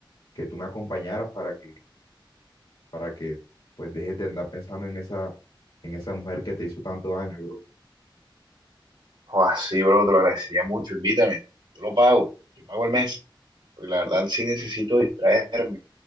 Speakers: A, on the left (about 75°); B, on the right (about 70°).
A: que tú me acompañaras para que, para que pues dejes de andar pensando en esa, en esa mujer que te hizo tanto daño, bro.
B: O así, bro, te lo agradecería mucho. Invítame. Yo lo pago. Yo pago el mes. Porque la verdad sí necesito distraerme,